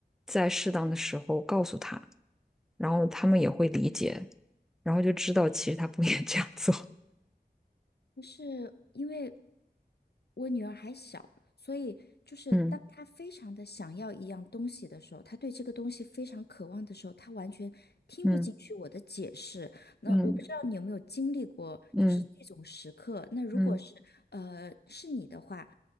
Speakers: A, in the centre; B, on the left.
A: 在适当的时候告诉他。然后他们也会理解，然后就知道其实他不应该这样做。<laughs>
B: 就是因为我女儿还小，所以就是当她非常的想要一样东西的时候，
A: 嗯
B: 她对这个东西非常渴望的时候，她完全听不进去我的解释。
A: 嗯
B: 那我不知道你有没有经历过，
A: 嗯嗯
B: 就是这种时刻。那如果是呃是你的话，
A: 嗯